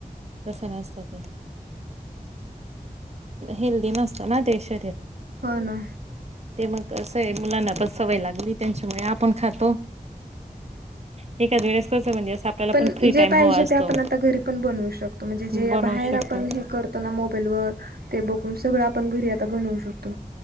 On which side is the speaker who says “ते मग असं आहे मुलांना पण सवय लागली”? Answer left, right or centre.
Right